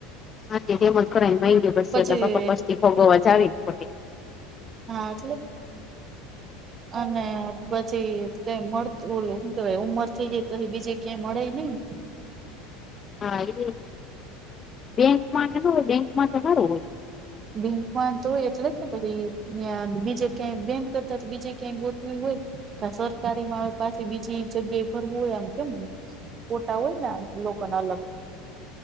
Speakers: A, on the left; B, on the right.
A: માટે તેમમાં જ કર ગે <inaudible> બસ
B: પછી
A: એટલા પપા પછથી ભોગવવા જાવ ને <inaudible>
B: હા. અને પછી કેવાય નહી ઉંમર થઈ જાય તોપછી બીજે ક્યાય મળે નહીને
A: હા એ બેંકમાં હોય બેંકમાં તો સારું હોય
B: બેંકમાં તો હોય એટલે જ ને પછી બીજે ક્યાં બેંક કરતા બીજે ક્યાંક ગોતવી હોય. કા સરકારી મારે પાછી બીજી જગ્યાએ ભરવું હોય. આમ કેમને ફોટા હોય ને લોકોને અલગ